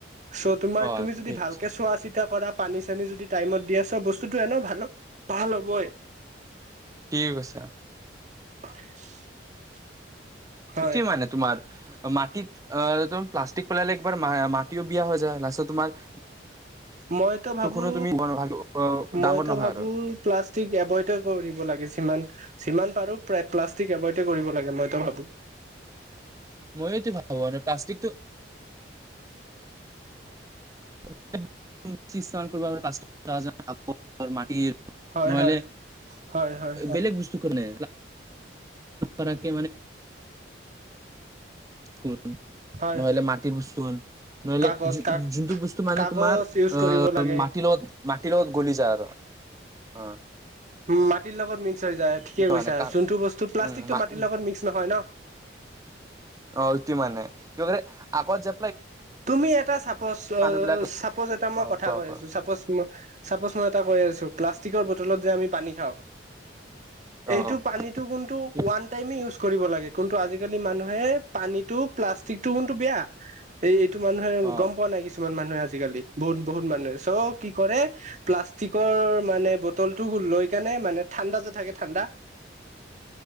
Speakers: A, on the right; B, on the right.
A: চ তোমাৰ
B: অ
A: তুমি যদি
B: ঠিক
A: ভালকে
B: আছে
A: চোৱা আচ এয়া কৰা পানী চানী যদি টাইমত দিয়া চব বস্তুতটো এন ভাল হ ভাল হ'বই
B: ঠিক আছে
A: <inaudible> হয়
B: সটো মানে তোমাৰ মাটিত আহম প্লাষ্টিক পেলালে একবাৰ মাটিও বিয়া হৈ যায় লাষ্ট তোমাৰ
A: মইতো
B: বস্তুখনো
A: ভাবো
B: তুমি ভাল ডাঙৰ
A: মইতো
B: নহয়
A: ভাবো
B: আৰু
A: প্লাষ্টিক এভইডে কৰিব লাগে সিমান যিমান পাৰো প্ৰায় প্লাষ্টিক এবয়ড কৰিব লাগে মইতো ভাবো
B: মইটো ভাবো মান প্লাষ্টিকটো মাটিৰ
A: হয়
B: নহলে
A: হয় হয় হয় হয়
B: বেলেগ বস্তু কাৰ নে প্লাক ম
A: হয়
B: নহলে মাটিৰ বস্তু নহলে
A: কাগজ
B: যোনটো
A: কাক
B: বস্তু মানে
A: কাগজ
B: তমাৰ
A: ইউজ কৰিব লাগে
B: মত ম গল য আৰু অ
A: উ মাটিৰ লগত মিক্স হৈ যায় ঠিকে কৈছো
B: মানে
A: যোনটো বস্তু প্লাষ্টিকটো
B: উম
A: মাটিৰ লগত মিক্স নহয় ন
B: অ ইতি মানে কিবলে আগত যে
A: তুমি এটা চাপজ অ
B: বিলাক
A: চাপজ এটা মই
B: অ
A: কথা
B: কোৱা
A: কৈ
B: কোৱা
A: আছো চাপজ তোমাক চাপজ মই এটা কৈ আছো প্লাষ্টিকৰ বটলত যে আমি পানী খাওঁ।
B: অ অ
A: এইটো পানীটো কোনটো
B: ঠিক
A: ওৱান টাইমে ইউজ কৰিব লাগে কোনটো আজিকালি মানুহে পানীটো প্লাষ্টিকটো কোনটো বেয়া। এইটো মানুহে
B: অ
A: গম পোৱা নাই কিছুমান মান নয় আজিকালি বহুত বহুত মানুহে চ কি কৰে প্লাষ্টিকৰ মানে বটল টো লৈ কেনে মানে ঠাণ্ডা যে থাকে ঠাণ্ডা।